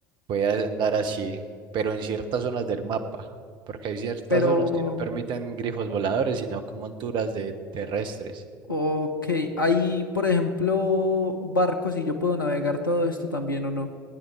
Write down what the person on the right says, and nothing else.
puede andar así, pero en ciertas zonas del mapa, porque hay ciertas
zonas que no permiten grifos voladores, sino como monturas de terrestres.